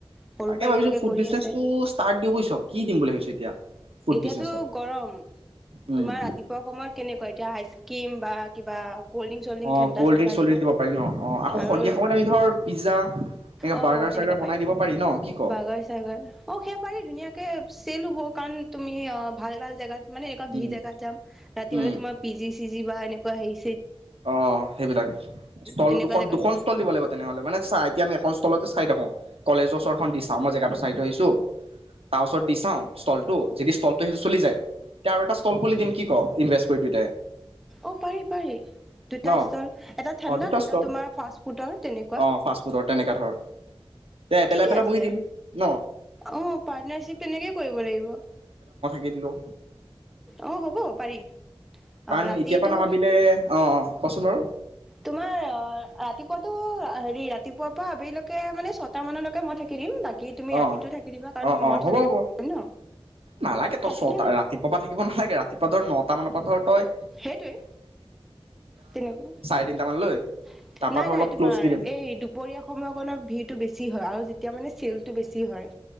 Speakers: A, in the centre; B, on the right.
A: সৰুৰ
B: তাকে
A: পৰা এতিয়ালৈকে
B: ভাবিছো ফুড
A: কৰি
B: বিজনেচটো
A: আছে
B: ষ্টাৰ্ট দি বুজছ, কি দিম বুলি ভাবিছো এতিয়া? ফুড
A: এতিয়াতো
B: বিজনেছত
A: গৰম
B: উম
A: তোমাৰ ৰাতিপুৱা সময়ত কেনেকুৱা এতিয়া আইচ ক্ৰীম বা কিবা কল্ড ড্ৰিংক চল্ড ড্ৰিংক
B: অ
A: ঠাণ্ডা
B: কল্ড
A: চাণ্ডা
B: ড্ৰিংক চল্ড্ৰিংক
A: দিওঁ
B: দিব পাৰি ন অ আকৌ
A: আৰু
B: সন্ধিয়া সময়ত আমি ধৰ পিজ্জা এনে
A: অ
B: বাৰ্গাৰ
A: তেনেকুৱা
B: চাৰ্গাৰ বনাই দিব পাৰি ন, কি কও?
A: বাৰ্গাৰ চাৰ্গাৰ অ সেয়া পাৰি ধুনীয়াকে <inaudible> তুমি অ ভাল ভাল জেগাত মানে এনেকুৱা <unintelligible> ভিৰ
B: উম
A: জেগাত যাম ৰাতি
B: উম
A: হলে তোমাৰ পিজি চিজি যিবা এনেকুৱা হেৰী
B: অ সেইবিলাক ষ্টল
A: তেনেকুৱা
B: দুখন
A: জেগাত
B: দুখন ষ্টল দিব লাগিব তেনেহলে মানে চাহ এতিয়া আমি এখন স্তলতে চাই থাকো কলেজৰওচৰ দি চা মই জেগটো চাই থৈ আহিছো তাৰ ওচৰত দি চাও ষ্টলটো যদি ষ্টলটো চলি যায় তেতিয়া আৰু এটা ষ্টল খুলি দিম কি ক ইনভ কৰি
A: অ পাৰি পাৰি দুটা
B: ন
A: ষ্টল এটা ঠাণ্ড
B: অ দুটা
A: এটাত
B: ষ্টল
A: তোমাৰ ফাৰ্ষ্ট ফুতৰ তেনেকুৱা
B: অ ফাষ্ট ফুডৰ তেনেকা ধৰ তে এবেলা
A: ঠিকে
B: এবেলা
A: আছে
B: বহি দিম ন
A: অ পাৰ্টনাৰশ্বিপ তেনেকে কৰিব লাগিব
B: গেলো
A: অ হ'ব পাৰি
B: কাৰণ
A: আহ ৰাতিটো
B: এতিয়াৰ পৰা নাভাবিলে অ অ কচোন বাৰু
A: তোমাৰ অ ৰাতিপুৱাতো হেৰি ৰাতিপুৱাৰ পৰা আবেলিলৈকে মানে ছয়টা মানলৈকে মই থাকি দিম বাকী তুমি ৰাতিটো
B: অ
A: থাকি দিবা কাৰণ
B: অ অ
A: মইতো
B: হ'ব
A: তেনেকে
B: হ'ব
A: ন
B: নালাগে তই
A: থাকিলে
B: চত ৰাতিপুৱাবা থাকিব নালাগে ৰাতিপুৱা ধৰ নট তাৰমান পথৰটই
A: সেইটোৱে তেনেকুৱা
B: চাৰে তিনটা মানলৈ তাৰ পৰা
A: নাই
B: ধৰ
A: নাই
B: অলপ
A: তোমাৰ
B: ক্ল'জ দি দিম
A: এই দুপৰীয়া সময়কণত ভিৰটো বেছি হয় আৰু যেতিয়া মানে ছেল টো বেছি হয়